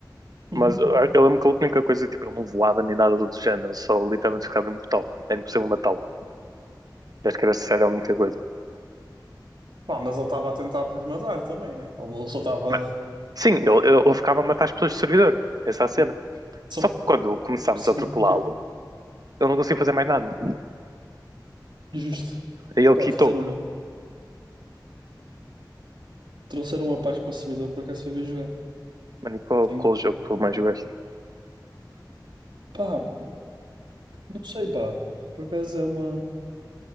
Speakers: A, on the right; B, on the right.
A: Mas
B: Uhum.
A: eu lembro que a única coisa, tipo, ele não voava nem nada do género, ele só literalmente ficava imortal. Era impossível matá-lo. Acho que era essa a única coisa.
B: Pá, mas ele estava a tentar para os matar também, né? Ele só estava.
A: Mas, sim, ele, ele- ficava a matar as pessoas do servidor. Essa é a cena.
B: Só
A: Só que quando começámos
B: porque sim,
A: a atropelá-lo,
B: ok.
A: ele não conseguia fazer mais nada.
B: Injusto.
A: Aí ele
B: Pá,
A: quitou.
B: fizeram bem. Trouxeram uma paz para o servidor, por acaso foi bem jogado.
A: Mano, e qual,
B: Tenho,
A: qual jogo
B: tenho-
A: tu
B: tenho-
A: mais jogaste?
B: Pá, não sei, pá. Por acaso é uma,